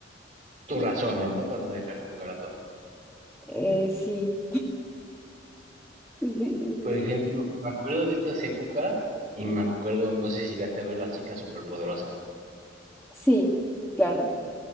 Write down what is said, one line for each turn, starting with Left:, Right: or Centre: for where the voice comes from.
Right: tus razones, ¿no? Para no dejar jugar a todos.
Centre: Eh, sí. <laughs>
Right: Por ejemplo, me acuerdo de estas épocas y me acuerdo, no sé si llegaste a ver las chicas superpoderosas.
Centre: Sí, claro.